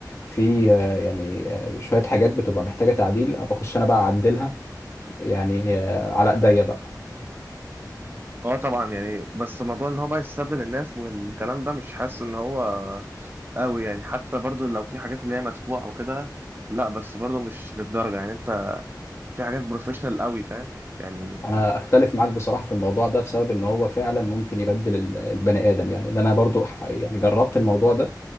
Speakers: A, on the left; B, on the right.
A: في آه، يعني آه، شويه حاجات بتبقى محتاجه تعديل بخش انا بقى اعدلها يعني آه، على ايديا بقى
B: اه طبعا يعني بس موضوع ان هو بقى يستبدل الناس والكلام ده مش حاسس ان هو قوي يعني حتى برضو لو في حاجات اللي هي مدفوعه او كده لا بس برضو مش للدرجه يعني انت في حاجات بروفيشنال قوي فاهم يعني
A: انا اختلف معاك بصراحه في الموضوع ده بسبب ان هو فعلا ممكن يبدل ال- البني ادم يعني ان انا برضو ح- يعني جربت الموضوع ده